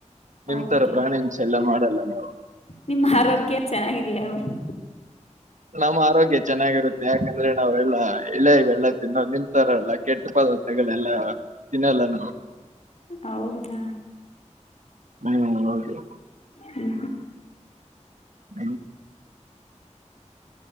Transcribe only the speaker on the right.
ನಿಮ
ತರ ಪ್ರಾಣಿಂಸ ಎಲ್ಲ ಮಾಡಲ್ಲ ನಾವು
ನಮ್ಮ ಆರೋಗ್ಯ ಚೆನ್ನಾಗಿರುತ್ತೆ ಯಾಕಂದ್ರೆ ನಾವ್ ಎಲ್ಲ ಇಲ್ಲ ಬೆಲ್ಲ ತಿನ್ನೋ ನಿಂತಾರಲ್ಲ ಕೆಟ್ಟ ತಗಗಳ <unintelligible> ಎಲ್ಲ ತಿನ್ನಲ್ಲ ನಾವು
ಹ್ಮ್ ಹೌದು
ಅಲ್ಲಿ